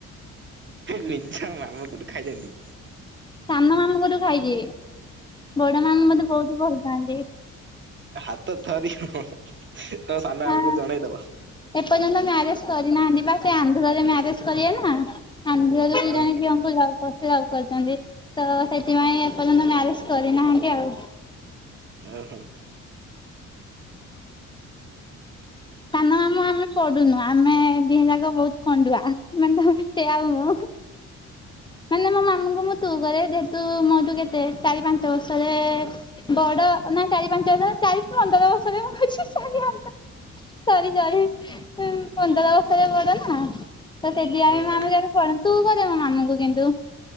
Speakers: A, on the right; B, on the left.
A: ନିଜ ମାମୁଁ ଠୁ ଖାଇଛନ୍ତି।
B: ସାନ ମାମୁଁଙ୍କ ଠୁ ଖାଇଛି, ବଡ ମାମୁଁ ମତେ ବହୁତ ଭଲ ପାଆନ୍ତି।
A: ହାତ ଥରିବ ତମ ସାନ
B: ହଁ
A: ମାମୁଁଙ୍କୁ ଜଣେଇଦବ।
B: ଏପର୍ଯ୍ୟନ୍ତ ମ୍ୟାରେଜ କରିନାହାନ୍ତି ବା ସେ ଆନ୍ଧ୍ରରେ ମ୍ୟାରେଜ କରିବେ ନା ଆନ୍ଧ୍ରରେ
A: ଓହୋ
B: ଝିଅଙ୍କୁ ଲଭ କରୁଥିଲେ ଲଭ କରିଛନ୍ତି ତ ସେଥିପାଇଁ ଏପର୍ଯ୍ୟନ୍ତ ମ୍ୟାରେଜ କରିନାହାନ୍ତି ଆଉ।
A: ଓହୋ।
B: ସାନ ମାମୁଁ ଆମେ ପଡୁନୁ ଆମେ ଦିହେ ଯାକ ବହୁତ କଣ୍ଡୁଆ ମାନେ ସିଏ ଆଉ ମୁଁ। ମାନେ ମୋ ମାମୁଙ୍କୁ ମୁଁ ତୁ କହେ ଯେହେତୁ ମୋ ଠୁ କେତେ ଚାରି ପାଞ୍ଚ ବର୍ଷରେ ବଡ ନା ଚାରି ପାଞ୍ଚ ବର୍ଷ ଚାରି ପନ୍ଦର ବର୍ଷରେ ମୁଁ କହୁଚି ଚାରି ପାଞ୍ଚ <inaudible> ସରି ସରି। ପନ୍ଦର ବର୍ଷରେ ବଡ ନା ତ ସେଦି ପାଇଁ
A: ଓହୋ
B: ଆମେ କେବେ ପଡ ତୁ କରେ ମୋ ମାମୁଁ ଙ୍କୁ କି ତୁ